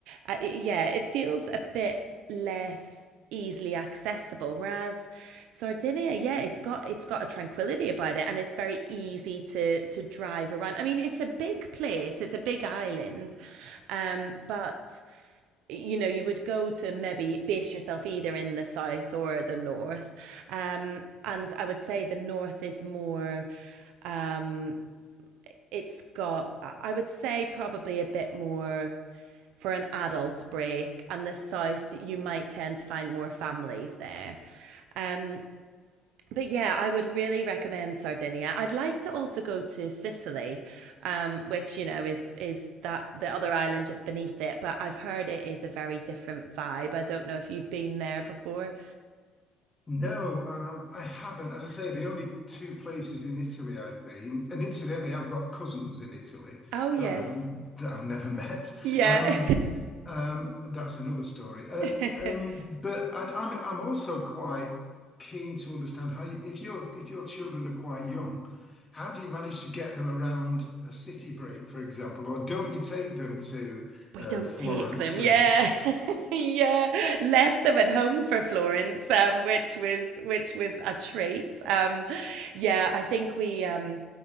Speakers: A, on the right; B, on the left.
A: uh, yeah, it feels a bit less easily accessible whereas sardinia yeah it's got it's got a tranquility about it and it's very easy to to drive around i mean it's a big place it's a big island um but you know you would go to maybe base yourself either in the south or the north um and i would say the north is more um it's got I- would say probably a bit more for an adult break and the south you might tend to find more families there um but yeah, I would really recommend Sardinia. I'd like to also go to Sicily, um, which you know is is that the other island just beneath it. But I've heard it is a very different vibe. I don't know if you've been there before.
B: No, uh, I haven't. As I say, the only two places in Italy I've been, and incidentally, I've got cousins in Italy
A: Oh yes,
B: that I've, that I've never <laughs> met.
A: yeah.
B: Um, um, that's another story. Uh,
A: <laughs>
B: um, but i I'm I'm also quite keen to understand how you, if your if your children are quite young, how do you manage to get them around a city break, for example, or don't you take them to
A: we
B: uh,
A: don't
B: Florence
A: take them.
B: and
A: Yeah, <laughs> yeah. Left them at home for Florence, um, which was which was a treat. Um, yeah, I think we um,